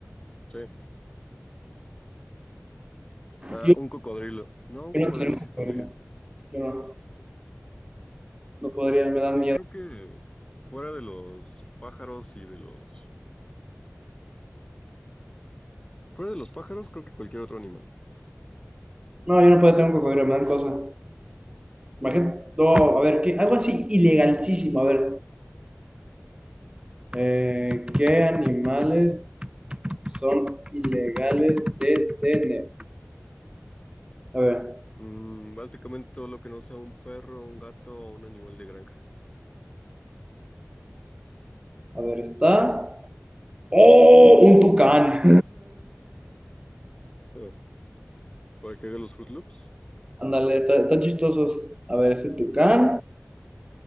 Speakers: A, on the left; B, on the right.
A: Sí. Ah,
B: Yo
A: un cocodrilo. No, un
B: no
A: cocodrilo
B: tener un
A: sí
B: cocodrilo.
A: tendría.
B: Yo no, no podría, me dan
A: Sí,
B: miedo.
A: creo que fuera de los pájaros y de los... Fuera de los pájaros, creo que cualquier otro animal.
B: No, yo no puedo tener un cocodrilo, me dan cosa. Imagínate, no, a ver, ¿qué? algo así ilegalísimo, a ver. Eh, ¿qué animales son ilegales de tener? A ver,
A: Mm, básicamente todo lo que no sea un perro, un gato o un animal de granja.
B: a ver, está. ¡Oh! Un tucán.
A: Ah, ¿Para que haga los Fruit Loops?
B: Ándale, <laughs> está- están está chistosos. A ver, ese tucán.